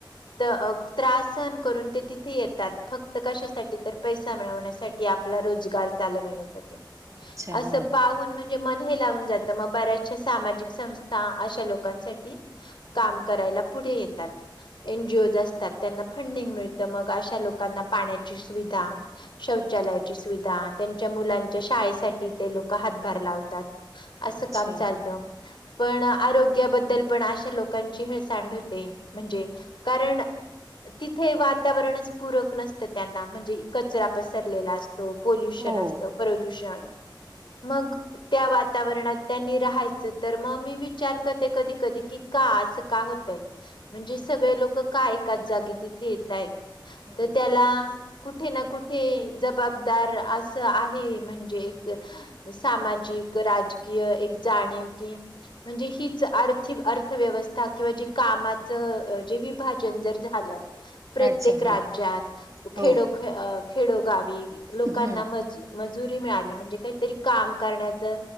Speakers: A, on the left (about 70°); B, on the right (about 40°).
A: त्रास सहन करून ते तिथे येतात फक्त कशासाठी तर पैसा मिळवण्यासाठी आपला रोजगार चालण्यासाठी
B: अच्छा
A: असं
B: हो
A: पाह म्हणजे मन हे लावून जात मग बऱ्याचशा सामाजिक संस्था अशा लोकांसाठी काम
B: हम्म
A: करायला पुढे येतात एन जीओज असतात. त्यांना फंडिंग मिळत म अशा लोकांना पाण्याची सुविधा शौचालयाची
B: अच्छा
A: सुविधा त्यांच्या मुलांच्या शाळेसाठी ते लोक हातभार लावतात असं
B: अच्छा
A: काम चालतं
B: हम्म
A: पण आरोग्याबद्दल पण अशे लोक कंचिहळ सँड होते म्हणजे कारण. तिथे वातावरणच पूरक नसतं त्यांना म्हणजे कचरा पसरलेला असत पोल्युशन
B: हो
A: असत प्रदूषण
B: हम्म हम्म
A: मग त्या वातावरणात त्यांनी राहायचं तर मग मी विचार करते कधी कधी की का असं का होतय म्हणजे सगळे
B: अच्छा
A: लोक का एकाच जागी तिथे येतय
B: हम्म
A: तर त्याला कुठे ना कुठे जबाबदार असं आहे म्हणजे एक सामाजिक राजकीय एक जाणीव की म्हणजे हीच आर्थिकर्थ अर्थव्यवस्था किंवा जी कामाचं जे विभाजन जर झालं प्रत्येक
B: अच्छा हा
A: राज्यात खेडो
B: हो
A: खेडोगावी लोकांना
B: हम्म
A: मज मजुरी मिळाली म्हणजे काहीतरी काम करण्याचा